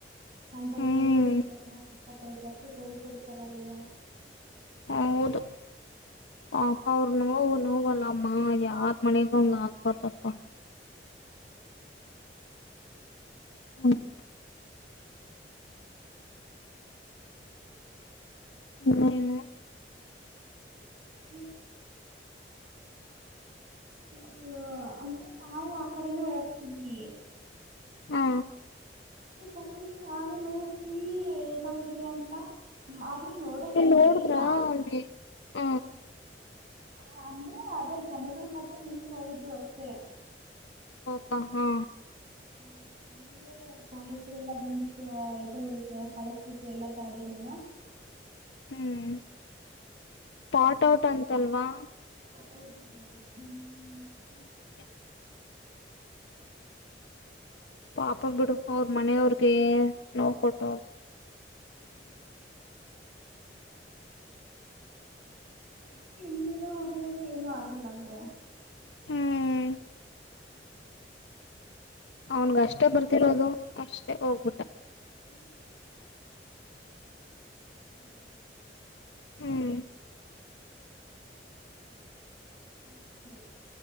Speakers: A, on the right; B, on the left.
A: ಅ
B: ಹ್ಮ್
A: ಇಲ್ಲಿ ಇಪ್ಪತ್ನಾಕು ಇಪ್ಪತ್ತೈದು ವರ್ಷ ಬೆಳಸರ್ತಾರ ಅಲ್ವಾ
B: ಹ ಹೌದು ಪಾಪ ನೋವು ನೋವಲ್ಲ ಅಮ್ಮ ಯಾರ್ ಮನೆಗ ಹಂಗ್ ಆಗ್ಬಾರತಪ್ಪ ಹ್ಮ್ ಹಏನು
A: ಹ್ಮ ಹ್ಮ ಅಂದ್ರೆ ನಾವು ಆ ಕಡೆನ ಹೋಗ್ತಿದ್ವಿ
B: ಹ್ಮ
A: ಹ ನೇ ನೋಡ್ಸ ಹೇಗಗಿಡೆ ಅಂತ ಆದ್ರೆ ನೋಡಕೇಏನ್
B: ನೀನ್ ನೋಡಿದ್ರ
A: ಬಿಡ್ಲಿಲ್ಲ
B: ಅಲ್ಲಿ ಹ
A: ಹಾ ಅಂದ್ರೆ ಅದೇ ಜನಗಳ ಮಧ್ಯೆ ನಿಂತು ನೋಡಿದ್ದು ಅಷ್ಟೇ
B: ಹಬಾ ಹಾ
A: ಹ್ಮ ಆಮೇಲೆ ಪೊಲೀಸರೆ ಎಲ್ಲಾ ಬಂದ ಇದು ಈಗ ಕಳಸ್ಬಿಟ್ರ ಎಲ್ಲಾ ಗಾಡಿಗಳನ್ನ
B: ಹ್ಮ್ ಸ್ಪಾಟ್ಔಟ್ ಅಂತಲ್ವಾ
A: ಹೌದು ಹೌದು ಹ್ಮ್
B: ಹ್ಮ ಪಾಪ ಬಿಡು ಅವ್ರ ಮನೆಯವ್ರಿಗೆ ನೋವು ಕೊಟ್ಟ
A: ಹ್ಮ್ ಮತ್ತೆ ಹಿಂದಿರೋ ಹುಡುಗರು ಏನು ಆಗಿಲ್ಲಂತೆ
B: ಹ್ಮ್
A: ಹ್ಮ್
B: ಅವನ್ಗ ಅಷ್ಟೇ ಬರ್ತಿರೋದು ಅಷ್ಟೇ ಹೋಗ್ಬಿಟ್ಟ
A: ಹ <unintelligible>
B: ಹ್ಮ್
A: ಹ್ಮ ಸ